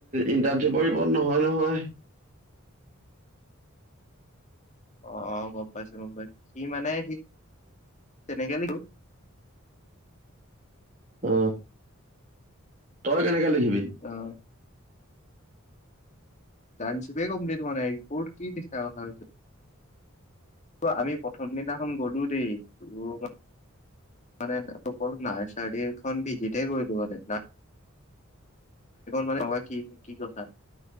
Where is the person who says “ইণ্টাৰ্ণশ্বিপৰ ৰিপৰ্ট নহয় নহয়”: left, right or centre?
Right